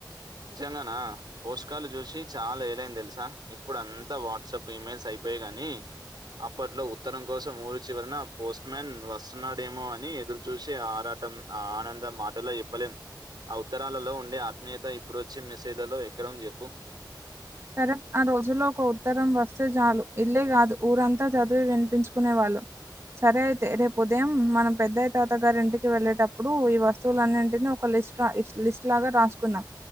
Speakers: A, on the right; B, on the right.
A: నిజంగానా పోస్ట్ కాడ్లు చూసి చాలా ఏలైంది తెల్సా ఇప్పుడు అంతా వాట్సాప్ ఇమెయిల్స్ అయి పోయి గాని అప్పట్లో ఉత్తరం కోసం ఊరు చివరిన పోస్ట్ మన్ వస్తున్నాడేమో అని ఎదురు చూసి ఆరా టం ఆ ఆనందం మాటల్లో చెప్పలేం ఆ ఉత్తరాలలో ఉండే ఆత్మీయత ఇప్పుడోచ్చి మెసేజ్లలో ఎక్కడుంది చెప్పు
B: కరెక్ట్ ఆ రోజులో ఒక ఉత్తరం వస్తే చాలు ఇల్లే కాదు ఊరంతా చదివి వినిపించుకునేవాళ్ళు సరే అయితే రేపు ఉదయం మన పెద్దయ్యా తాత గారి ఇంటికి వెళ్ళేటప్పుడు ఈ వస్తువులన్నింటిని ఒక ఎస్ట్రా లిస్ లిస్ట్ లాగా రాసుకుందాం